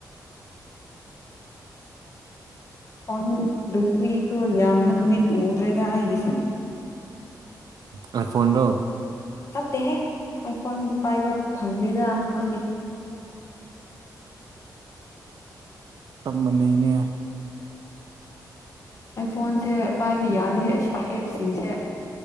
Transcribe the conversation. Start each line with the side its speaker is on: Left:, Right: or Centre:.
Left: ꯐꯣꯟ ꯕꯦꯇ꯭ꯔꯤꯁꯨ ꯌꯥꯝꯕ ꯅꯨꯃꯤꯠ ꯎꯗ꯭ꯔꯦꯗ ꯑꯩꯒꯤꯁꯨ
Right: ꯑꯥꯏ ꯐꯣꯟꯗꯣ
Left: ꯅꯠꯇꯦꯍꯦ ꯑꯥꯏ ꯐꯣꯟ ꯄꯥꯏꯕ ꯐꯪꯗꯦꯗ ꯈꯣꯏꯗꯤ
Right: ꯆꯞ ꯃꯅꯩꯅꯦ
Left: ꯑꯥꯏ ꯐꯣꯟꯁꯦ ꯄꯥꯏꯕ ꯌꯥꯗꯦ ꯑꯁꯤ ꯑꯦꯞ ꯁꯤꯡꯁꯦ